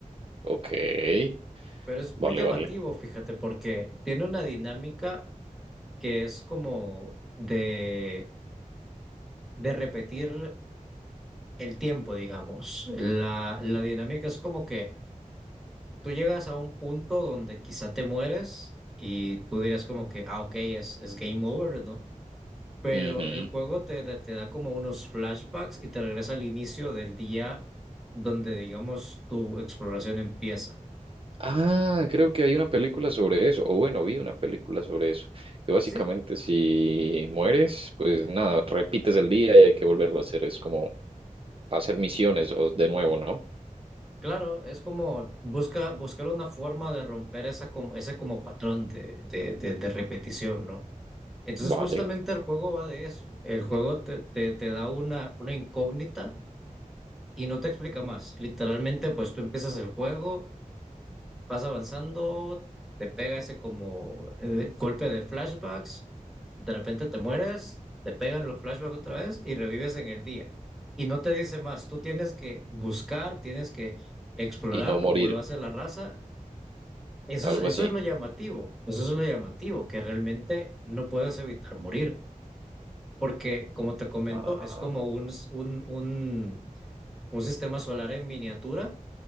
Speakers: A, on the right (about 40°); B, in the centre.
A: ok.
B: Pero es
A: Vale,
B: muy llamativo,
A: vale.
B: fíjate, porque tiene una dinámica que es como de, de repetir el tiempo, digamos. La, la dinámica es como que tú llegas a un punto donde quizá te mueres y tú dirás como que, ah, ok, es, es game over, ¿no? pero
A: Ujú.
B: el juego te, da te da como unos flashbacks y te regresa al inicio del día donde, digamos, tu exploración empieza.
A: Ah, creo que hay una película sobre eso, o bueno, vi una película sobre eso, que básicamente
B: Sí,
A: si mueres, pues nada, repites el día y hay que volverlo a hacer, es como hacer misiones o- de nuevo, ¿no?
B: claro, es como busca, buscar una forma de romper esa como, ese como patrón de, de, de- de repetición, ¿no? Entonces
A: Vale,
B: justamente el juego va de eso. El juego te, te, te da una, una incógnita y no te explica más. Literalmente, pues tú empiezas el juego. Vas avanzando, te pega ese como eh, golpe de flashbacks, de repente te mueres, te pegan los flashbacks otra vez y revives en el día. Y no te dice más, tú tienes que buscar, tienes que explorar
A: y no morir,
B: como lo hace la raza. Eso
A: algo
B: es, eso
A: así.
B: es lo llamativo, eso es lo llamativo, que realmente no puedes evitar morir, porque como te comento,
A: Ah,
B: es como un, un, un un sistema solar en miniatura